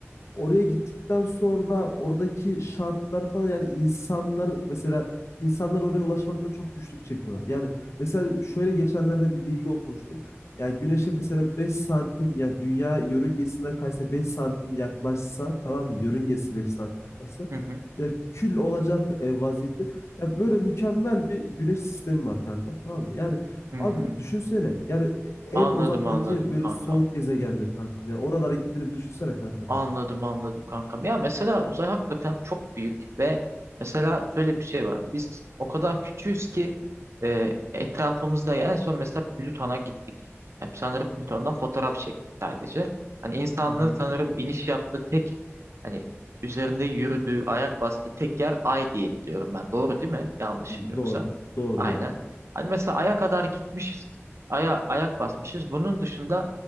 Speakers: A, on the left (about 70°); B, on the right (about 70°).
A: oraya gittikten sonra oradaki şartlar falan yani insanlar mesela insanlar oraya ulaşmakta çok güçlük çekiyorlar. Yani mesela şöyle geçenlerde bir bilgi okumuştum. Yani güneşe mesela 5 santim yani dünya yörüngesinden kaysa 5 santim yaklaşsa tamam mı? Yörüngesi 5 santim yaklaşsa
B: hı hı.
A: ya kül olacak e, vaziyette. Ya böyle mükemmel bir güneş sistemi var kanka tamam mı? Yani
B: Hmm.
A: abi düşünsene yani e,
B: Anladım
A: en uzaktaki
B: anladım
A: böyle
B: kankam.
A: soğuk gezegendir kankam. Yani oralara gittiğini bir düşünsene kankam
B: Anladım
A: yani.
B: anladım kankam. Ya mesela uzay hakikaten çok büyük ve mesela şöyle bir şey var. Biz o kadar küçüğüz ki e, etrafımızda ya en son mesela Plüton'a gittik. Yani sanırım Plüton'dan fotoğraf çektik sadece. Hani insanlığın
A: Hı hı.
B: sanırım iniş yaptığı tek hani üzerinde yürüdüğü, ayak bastığı tek yer Ay diye biliyorum ben. Doğru değil mi? Yanlışım
A: Doğru.
B: yoksa.
A: Doğru
B: Aynen.
A: doğru.
B: Hani mesela Ay'a kadar gitmişiz. Ay'a ayak basmışız. Bunun dışında